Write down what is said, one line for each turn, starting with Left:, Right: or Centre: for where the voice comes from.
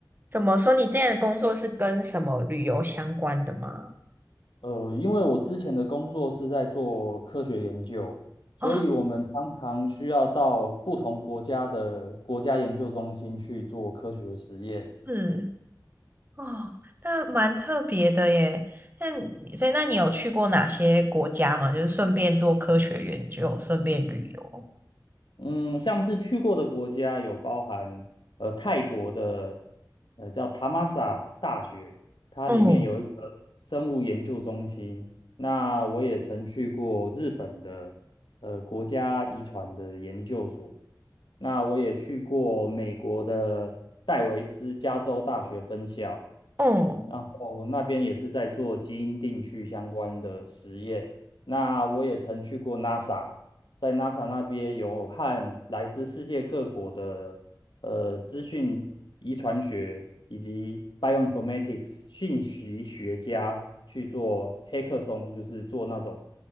Right: 怎么说？你这样的工作是跟什么旅游相关的吗？
Left: 呃，因为我之前的工作是在做科学研究，所以我们常常需要到不同国家的国家研究中心去做科学实验。
Right: 哦，是哦，那蛮特别的耶。那你所以那你有去过哪些国家吗？就是顺便做科学研究，顺便旅游。
Left: 嗯，像是去过的国家有包含呃泰国的呃叫塔玛萨大学，它里面有一个生物研究中心。
Right: 嗯
Left: 那我也曾去过日本的呃国家遗传的研究所，那我也去过美国的戴维斯加州大学分校。
Right: 嗯
Left: 然后那边也是在做基因定序相关的实验。那我也曾去过 NASA，在 NASA 那边有和来自世界各国的呃资讯遗传学以及 bioinformatics 信息学家去做黑客松，就是做那种